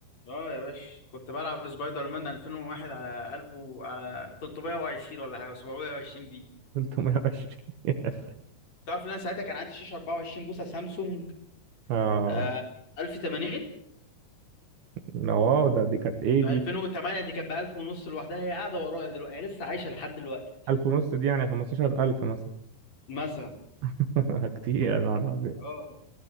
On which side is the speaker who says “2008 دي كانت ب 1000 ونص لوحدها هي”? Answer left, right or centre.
Left